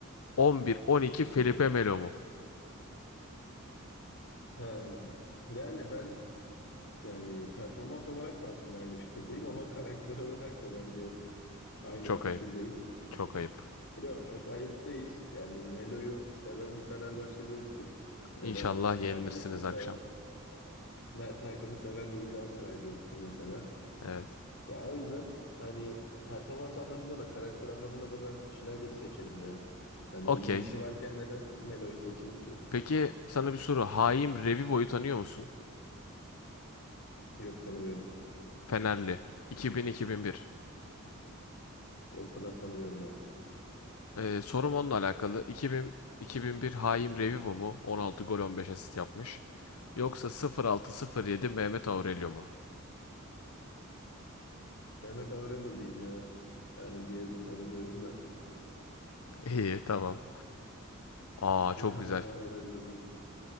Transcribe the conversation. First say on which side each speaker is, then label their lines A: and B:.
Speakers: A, on the left; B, on the left.
A: On bir on iki
B: Tabii
A: Felipe
B: ki.
A: Melo mu?
B: Ha, yani ben yani performans olarak da aslında aynı fikirdeyim ama karakter <laughs> olarak da bence aynı
A: Çok
B: fikirdeyim.
A: ayıp. Çok ayıp.
B: Yo çok ayıp değil. Yani Melo'yu seven bir Fenerbahçeli yoktur.
A: İnşallah
B: Ya da işte
A: yenilirsiniz
B: Mert Hakan'ı
A: akşam.
B: seven, Mert Hakan'ı seven de bir Galatasaraylı yoktur mesela.
A: Evet.
B: Ya o yüzden hani performans anlamında da karakter anlamında da ben Schneider'i seçerim ya. Hani
A: Okey.
B: iyisi varken neden Melo'yu seçeyim ki?
A: Peki sana bir soru. Haim Revivo'yu tanıyor musun?
B: Yok tanımıyorum.
A: Fenerli. 2000-2001.
B: O kadar tanımıyorum ya.
A: Ee, sorum onunla alakalı. bin iki bin-iki bin bir Haim Revivo mu? 16 gol 15 asist yapmış. Yoksa 06 yedi Mehmet Aurelio mu?
B: Mehmet Aurelio diyeyim ya. Yani diğerini tanımıyorum da
A: <laughs> İyi tamam. Aa
B: <laughs>
A: çok
B: ben
A: güzel.
B: buna Aurelio diyeyim.